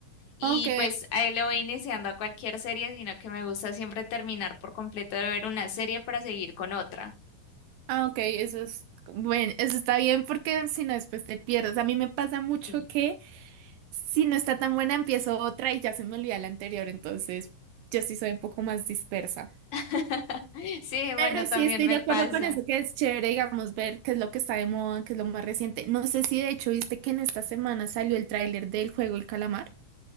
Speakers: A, on the left; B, on the right.
A: Y
B: Ok,
A: pues ahí le voy iniciando a cualquier serie, sino que me gusta siempre terminar por completo de ver una serie para seguir con otra.
B: ah, ok, eso es, bueno, eso está bien porque si no después te pierdes. A mí me pasa mucho
A: Sí.
B: que... Si no está tan buena, empiezo otra y ya se me olvida la anterior, entonces yo sí soy un poco más dispersa.
A: <laughs> Sí, bueno,
B: Pero
A: también
B: sí estoy
A: me
B: de acuerdo
A: pasa.
B: con eso, que es chévere, digamos, ver qué es lo que está de moda, qué es lo más reciente. No sé si de hecho viste que en esta semana salió el tráiler del juego El Calamar,